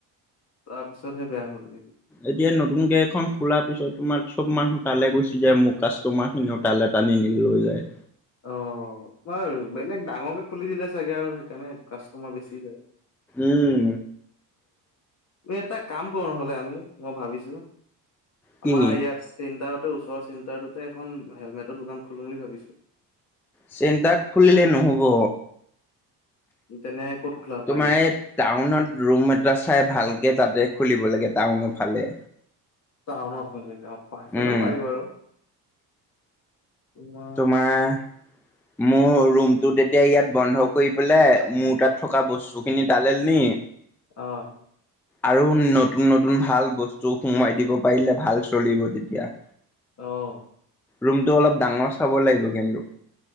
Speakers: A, on the left (about 40°); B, in the centre.
A: তাৰ পিছতহে বেয়া হ'ল নেকি?
B: এতিয়া নতুনকে এখন খোলাৰ পিছত তোমাৰ চব মানুহ তালে গুচি যায়, মোৰ কাষ্টমাৰ খিনি তালে টানি নি লৈ যায়।
A: অ', তোমাৰ বেলেগ ডাঙৰকে খুলি দিলে চাগে, আৰু হেইকাৰণে কাষ্টমাৰ বেছি যায়।
B: উম
A: এটা কাম কৰো নহলে আমি, মই ভাবিছো
B: কি
A: আমাৰ ইয়াত চেণ্টাৰতে, ওচৰৰ চেণ্টাৰটোতে এখন হেলমেটৰ দোকান খুলো বুলি ভাবিছো!
B: চেণ্টাৰত খুলিলে নহ'ব।
A: তেনে ক'ত খোলা
B: তোমাৰ
A: পাৰিবি?
B: এই টাউনত ৰুম এটা চাই ভালকে তাতে খুলিব লাগে, টাউনৰ ফালে।
A: টাউনৰ ফালে অ' সেইফালেও
B: উম
A: পাৰি বাৰু। তোমাৰ
B: তোমাৰ মোৰ ৰুমটো তেতিয়া ইয়াত বন্ধ কৰি পেলাই, মোৰ তাত থকা বস্তু খিনি তালে নি।
A: অ'।
B: আৰু নতুন, নতুন ভাল বস্তু সোমোৱাই দিব পাৰিলে ভাল চলিব তেতিয়া।
A: অ'।
B: ৰুমটো অলপ ডাঙৰ চাব লাগিব কিন্তু।